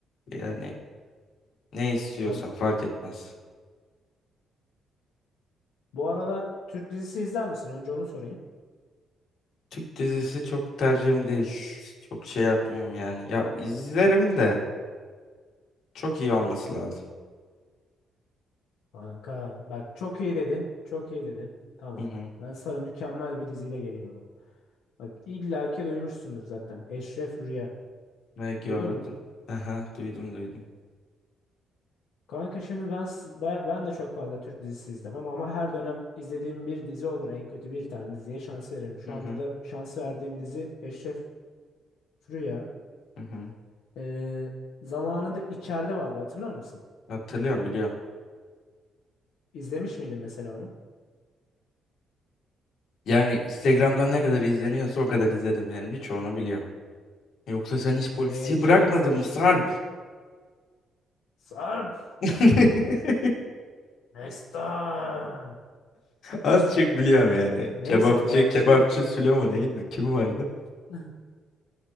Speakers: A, on the left; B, on the left.
A: Yani ne istiyorsan
B: Ya
A: fark etmez.
B: bu aralar Türk dizisi izler misin? Önce onu sorayım.
A: Türk dizisi çok tercihim değil. Çok şey yapmıyorum yani. Ya izlerim de çok iyi olması lazım.
B: Kanka bak çok iyi dedin. Çok iyi dedin. Tamam.
A: Hı hı.
B: Ben sana mükemmel bir diziyle geleyim o zaman. Bak illaki duymuşsundur zaten. Eşref Rüya.
A: Ne gördüm.
B: Duydun mu?
A: Aha duydum duydum.
B: Kanka şimdi ben, s- ben ben de çok fazla Türk dizisi izlemem ama her dönem izlediğim bir dizi olur. En kötü bir tane diziye şans veririm. Şu
A: Hı
B: anda
A: hı.
B: da şans verdiğim dizi Eşref Rüya.
A: Hı hı.
B: Ee, zamanında içeride vardı hatırlar mısın?
A: Hatırlıyorum biliyorum.
B: İzlemiş miydin mesela onu?
A: Yani Instagram'dan ne kadar izleniyorsa o kadar izledim yani birçoğunu biliyorum. Yoksa sen hiç polisi
B: Ee, şeyi
A: bırakmadın
B: izlemiş
A: mı Sarp?
B: miydin? Sarp
A: <laughs>
B: Destan.
A: Az çok biliyorum yani.
B: Neyse
A: Kebapçı,
B: bak
A: kebapçı
B: şey
A: Sülo mu neydi? Kim vardı?
B: <laughs>